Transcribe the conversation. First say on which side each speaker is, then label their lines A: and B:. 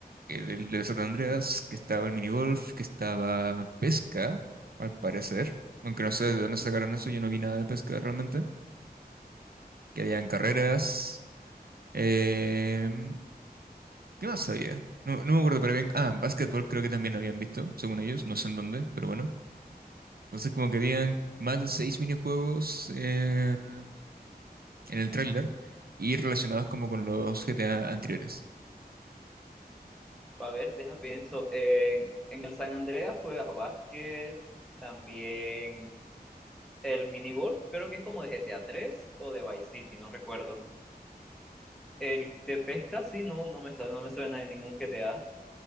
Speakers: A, on the right; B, in the centre.
A: que del, del San Andreas, que estaba el minigolf, que estaba pesca, al parecer. Aunque no sé de dónde sacaron eso, yo no vi nada de pesca realmente. Que habían carreras. em, ¿qué más había? No, no me acuerdo, pero bien. Ah, básquetbol creo que también lo habían visto, según ellos. No sé en dónde, pero bueno. Entonces como que habían más de seis minijuegos eh, en el tráiler y relacionados como con los GTA anteriores.
B: A ver, deja pienso, en, en el San Andreas juegas básquet, también el minigolf, creo que es como de GTA 3 o de Vice City, no recuerdo. El de pesca sí, no, no me, suena- no me suena de ningún GTA.